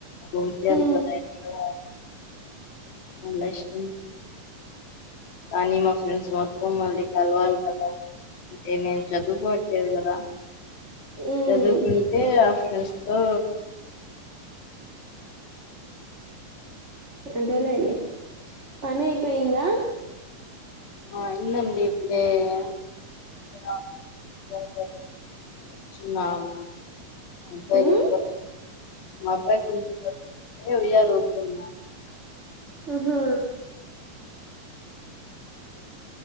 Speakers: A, on the left; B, on the right.
A: ఒకే అనుకున్న
B: ఉ
A: ఇంట్లో వాళ్ళు అలష్ <inaudible> కానీ మా ఫ్రెండ్స్ మొత్తం మళ్ళీ కలవాలి కదా అంటే నేను చదువుకోవట్లేదు కదా
B: ఉ
A: చదువుకుంటే ఫ్రెండ్స్ తో
B: అదే లేండి పని అయిపోయిందా
A: ఆ అయిందండి ఇప్పుడే <inaudible> <inaudible> వచ్చిన్నాము. <inaudible>
B: ఉమ్
A: మా అబ్బాయి కొంచెం కదులుతుంటే ఉయ్యాలూపుతున్నా.
B: ఆహా